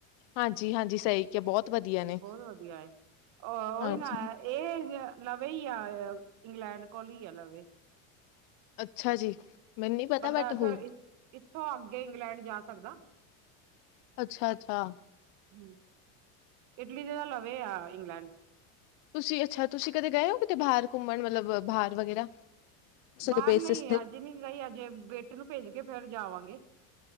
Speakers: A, on the left (about 50°); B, on the right (about 45°).
A: ਹਾਂਜੀ-ਹਾਂਜੀ ਸਹੀ ਕਿਹਾ ਬਹੁਤ ਵਧੀਆ ਨੇ।
B: ਬਹੁਤ ਵਧੀਆ ਉਹੀ
A: ਹਾਂਜੀ,
B: ਨਾ ਇਹ ਲਵੇ ਹੀ ਆ ਇੰਗਲੈਂਡ ਕੋਲ ਹੀ ਆ ਲਵੇ
A: ਅੱਛਾ ਜੀ ਮੈਨੂੰ ਨੀ ਪਤਾ
B: ਬੰਦਾ
A: ਬਟ ਹੋ
B: ਇੱਥੋਂ ਅੱਗੇ ਇੰਗਲੈਂਡ ਜਾ ਸਕਦਾ
A: ਅੱਛਾ ਅੱਛਾ
B: ਹਾਂ ਇਟਲੀ ਦੇ ਤਾਂ ਲਵੇ ਆ ਇੰਗਲੈਂਡ
A: ਤੁਸੀਂ ਅੱਛਾ ਤੁਸੀਂ ਕਦੇ ਗਏ ਹੋ ਕਿਤੇ ਬਾਹਰ ਘੁੰਮਣ ਮਤਲਬ ਬਾਹਰ ਵਗੈਰਾ ਕਿਸੇ ਦੇ
B: ਬਾਹਰ
A: ਬੇਸਿਸ
B: ਨਹੀਂ
A: ਤੇ?
B: ਅੱਜ ਨੀ ਗਹੀ ਅਜੇ ਬੇਟੇ ਨੂੰ ਭੇਜ ਕੇ ਫੇਰ ਜਾਵਾਂਗੇ